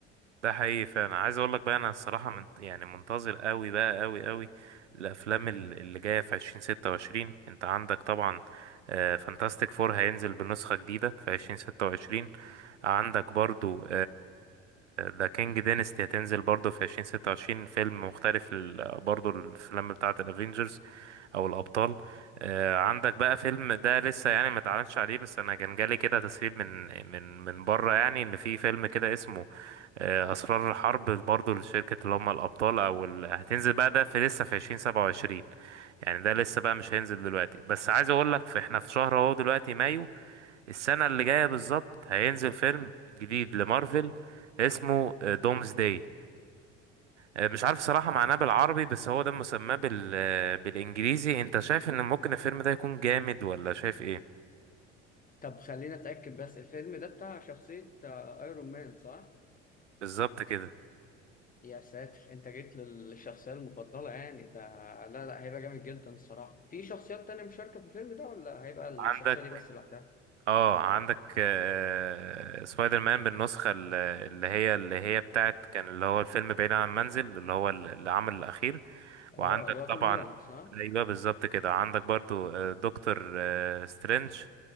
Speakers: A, on the right; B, on the left.
A: ده حقيقي فعلا عايز اقول لك بقى انا الصراحه من يعني منتظر قوي بقى قوي قوي الافلام ال- اللي جايه في 2026 انت عندك طبعا فانتاستيك فور هينزل بنسخه جديده في 2026 عندك برضو ذا كينج دينستي هتنزل برضو في 2026 فيلم مختلف ال- برضو الافلام بتاعه الافينجرز او الابطال آه، عندك بقى فيلم ده لسه يعني ما اتعلنش عليه بس انا كان جالي كده تسريب من من من بره يعني ان في فيلم كده اسمه آه، اسرار الحرب برضو لشركة اللي هم الابطال او ال... هتنزل بقى ده في لسه في عشرين سبعة وعشرين يعني ده لسه بقى مش هينزل دلوقتي بس عايز اقول لك في احنا في شهر اهو دلوقتي مايو السنة اللي جاية بالظبط هينزل فيلم جديد لمارفل اسمه دومز داي مش عارف صراحة معناه بالعربي بس هو ده مسماه بال... آه، بالانجليزي انت شايف ان ممكن الفيلم ده يكون جامد ولا شايف ايه
B: طب خلينا اتاكد بس الفيلم ده بتاع شخصيه آه، ايرون مان صح
A: بالظبط كده
B: يا ساتر انت جيت لل- للشخصيه المفضله يعني ده لا لا هيبقى جامد جدا الصراحه في شخصيات تانية مشاركه في الفيلم ده ولا هيبقى الشخصيه
A: عندك
B: دي بس لوحدها
A: اه عندك آه، سبايدر مان بالنسخة ال- اللي هي اللي هي بتاعت كان اللي هو الفيلم بعيد عن المنزل اللي هو ال- العمل الأخير
B: اه
A: وعندك
B: اللي هو
A: طبعا
B: توم هولاند صح
A: أيوه بالظبط كده عندك برضو آه، دكتور آه، سترينج